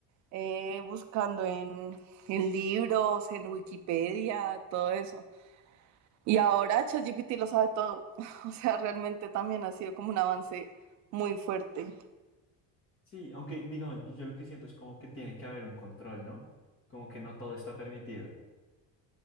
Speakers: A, on the right; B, on the left.
A: eh, buscando en, en libros, en Wikipedia, todo eso. Y ahora ChatGPT lo sabe todo. <laughs> O sea, realmente también ha sido como un avance muy fuerte.
B: Sí, aunque digamos, yo lo que siento es como que tiene que haber un control, ¿no? Como que no todo está permitido.